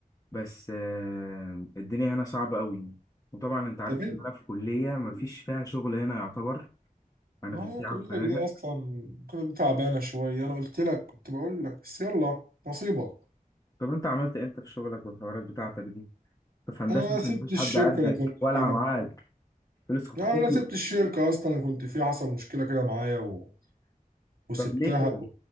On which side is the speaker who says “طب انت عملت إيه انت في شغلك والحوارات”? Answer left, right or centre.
Left